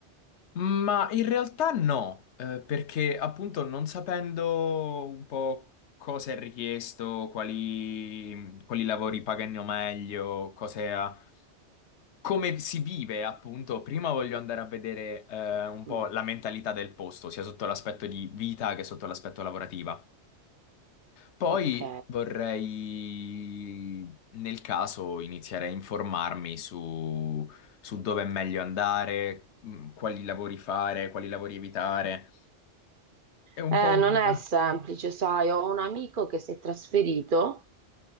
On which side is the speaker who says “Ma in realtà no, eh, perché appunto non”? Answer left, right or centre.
Left